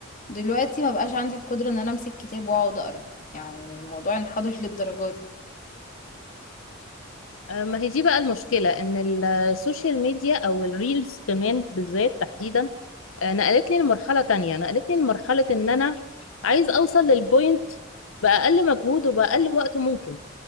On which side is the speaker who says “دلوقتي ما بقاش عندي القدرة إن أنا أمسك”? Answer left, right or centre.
Left